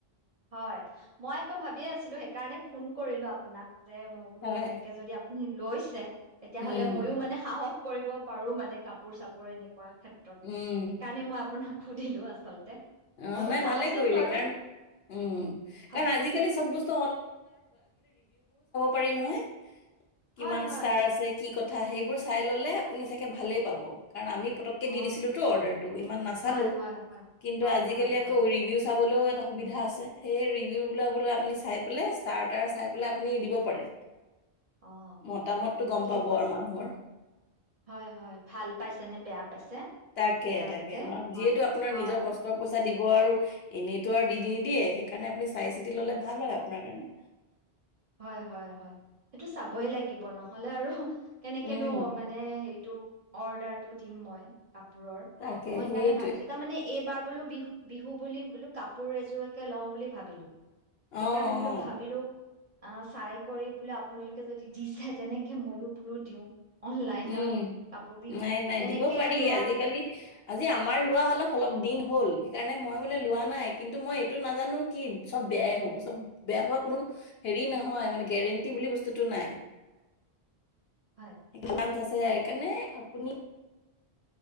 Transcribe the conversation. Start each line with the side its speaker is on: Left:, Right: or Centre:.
Right: হয় মই আকৌ ভাবিয়ে আছিলো সেইকাৰণে ফোন কৰিলো আপোনাক যে মই বোলো
Left: হয়।
Right: এনেকে যদি আপুনি লৈছে তেতিয়াহ'লে
Left: উম,
Right: মইো মানে সাহস কৰিব পাৰো মানে কাপোৰ চাপোৰ এনেকে পোৱা ক্ষেত্ৰত
Left: উম,
Right: সেইকাৰণে, মই আপোনাক সুধিলো আচলতে
Left: অ'
Right: মই বাৰু
Left: নাই
Right: চাওচোন
Left: ভালে কৰিলে।
Right: বাৰু
Left: কাৰণ, উম!
Right: হয়।
Left: কাৰণ আজিকালি চব বস্তু পাৰি নহ কিমান
Right: হয় হয়
Left: ষ্টাৰ আছে কি কথা, সেইবোৰ চাই ললে আপুনি চাগে ভালেই পাব। কাৰণ আমি পতককে
Right: অ
Left: দি দিছিলোতো অৰ্ডাৰটো ইমান নাচালো
Right: হয় হয় হয়
Left: কিন্তু,
Right: হয়
Left: আজিকালি
Right: হয়
Left: আকৌ
Right: হয়
Left: ৰিভিউ এটা সুবিধা আছে <unintelligible> ৰ আপনি দিব পাৰে
Right: অ'
Left: মতামতটো
Right: ঠিকে
Left: গম পাব
Right: কৈছে
Left: আৰু মানুহৰ
Right: হয়! হয়! ভাল পাইছে নে বেয়া পাইছে।
Left: তাকে,
Right: তেওঁলোকে
Left: তাকে ন!
Right: হয়
Left: যিহেতু, আপোনাৰ
Right: হয়
Left: নিজৰ কষ্টৰ পই চা দিব আৰু এনেইতটো আৰু দি নি দিয়ে সেইকাৰণে আ চাই চি ল'লে ভাল হয় আ আপোনাৰ কাৰণে
Right: হয় হয় হয় সেইটো চাবই লাগিব নহলে আৰু কেনেকেনো
Left: উম
Right: মানে হেৰিটো অৰ্ডাৰ টো দিম মই কাপোৰৰ
Left: তাকে
Right: মই সেইকাৰণে
Left: সেইটোৱে
Right: ভাবিছো তাৰমানে এইবাৰ বোলো বিহু বিহু বুলি বোলো কাপোৰ এযোৰকে লও বুলি ভাবিলো সেইকাৰণে
Left: অ অ
Right: বোলো ভাবিলো অ চাই কৰি বোলে আপোনালোকে যদি দিছে তেনেকে মইো বোলো দিওঁ অনলাইনত
Left: উম
Right: কাপোৰ পিহো
Left: নাই নাই
Right: তেনেকে
Left: দিব পাৰি
Right: লোৱা
Left: আজিকালি আজি আমাৰ লোৱা হলে অলপ দিন হ'ল সেইকাৰণে মই মানে লোৱা নাই কিন্তু মই এইটো নাজানো কি চব বেয়াই হব চব বেয়া হোৱা কোনো হেৰি নহয় মানে গেৰেণ্টি বুলি বস্তুটো নাই
Right: হয়,
Left: স আছে
Right: হয়,
Left: সেইকাৰণে আপুনি